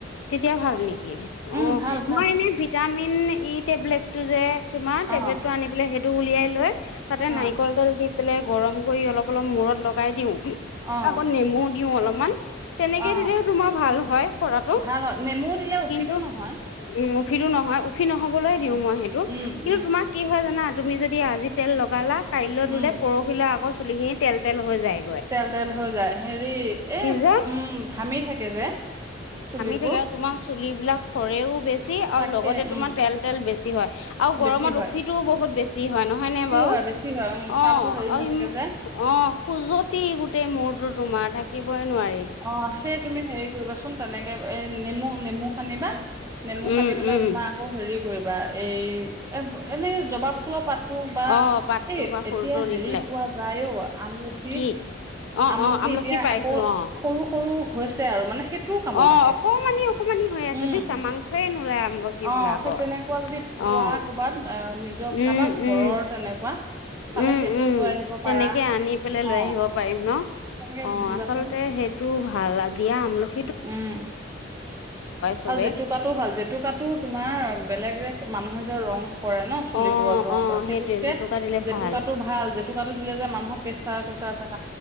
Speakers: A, on the left; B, on the right.
A: তেতিয়া ভাল নেকি,
B: উম
A: অ
B: ভাল ভাল
A: মই এনে ভিটাম মিন ই টেবলেটটো যে তোমাৰ টেবলেটটো
B: অ
A: আনি পেলাই সেইটো উলিয়াই লৈ- তাতে
B: অ
A: নাৰিকল তেল দি- পেলাই গৰম কৰি অলপ, অলপ মূৰত লগাই দিওঁ।
B: অ
A: আগতে নেমু দিওঁ অলপ- মান। তেনেকে
B: অ
A: দিলেও তোমাৰ ভাল হয় হৰাটো।
B: ভাল হয় নেমু দিলে উফিটো
A: কিন্তু
B: নহয়
A: উম' উফিটো নহয় উফি নহবলৈ দিওঁ
B: হয়
A: মই সেইটো।
B: উম
A: কিন্তু
B: উম
A: তোমাৰ কি' হয় জানা তুমি যদি- আজি তেল লগালা। কাইলৈ ধূলে
B: উম
A: পৰহিলৈ আকৌ- চুলি খিনি তেল, তেল হৈ যায়।
B: তেল, তেল হৈ যায়। হেৰি এই
A: যে
B: উম' ঘামি থাকে যে। চুলি-
A: াগে আৰু তোমাৰ চুলিবলাক সৰেও বেছি আৰু
B: তাকে
A: লগতে তোমাৰ
B: উম
A: তেল, তেল বেছি হয়। আৰু গৰমত
B: বেছি হয়
A: উফিটোও বহুত বেছি- হয়, নহয় নে
B: বেছি
A: বাৰু।
B: হয় বেছি হয় উম ছালটো
A: অঁ
B: হেৰি
A: আৰু
B: হৈ থাকে যে
A: অঁ খোজতি গোটেই মূৰটো তোমাৰ। থাকিবই নোৱাৰে।
B: অঁ সেই তুমি হেৰি কৰিবা চোন তেনেকে- এ' নেমু, নেমু সানিবা। নেমু
A: উম,
B: হানি পেলাই
A: উম।
B: তোমাৰ আকৌ হেৰি- কৰিবা। এই এ' এনেই জবা ফুলৰ পাত- বা
A: অ', পাতটো
B: এই
A: বা ফুলটো
B: এতিয়া
A: দি
B: হেৰি
A: পেলাই
B: পোৱা যায় অ আমলখি।
A: কি অ',
B: আমলখি
A: অ',
B: এতিয়া
A: পাইছোঁ
B: আকৌ
A: অ'।
B: সৰু, সৰু- হৈছে আৰু। মানে- সেইটোও কামত
A: অ',
B: আহে।
A: অকমানি অকমানি হৈ আছে
B: উম'
A: বুজিছা মাংসই নোলাই আমলখি
B: অঁ
A: বিলাকৰ।
B: সেই তেনেকুৱা যদি পোৱা
A: অ',
B: ক'বাত আঁহ নিজৰ
A: উম,
B: কাৰোবাৰ
A: উম,
B: ঘৰৰ তেনেকুৱা। পালে
A: উম'
B: সেইটোও
A: উম।
B: লৈ আহিব
A: তেনেকে
B: পাৰা
A: আনি পেলাই লৈ
B: অ
A: আহিব পাৰিম।
B: তেনেকে
A: অঁ
B: ঘঁহিবাচোন
A: আচলতে সেইটো। ভাল। আজিয়ে আমলখি-
B: উম।
A: চবে।
B: আৰু জেতুকাটো ভাল জেতুকাটো তোমাৰ বেলেগ- মানুহে যে ৰং- কৰে ন' চুলিবোৰত
A: অ',
B: ৰং
A: অ',
B: কৰে
A: সেইটোৱে
B: সেইটোতকে
A: জেতুকা দিলে
B: জেতুকাটো
A: ভাল
B: ভাল। জেতুকাটো- যে মানুহৰ প্ৰেছাৰ- চেচাৰা থাকে।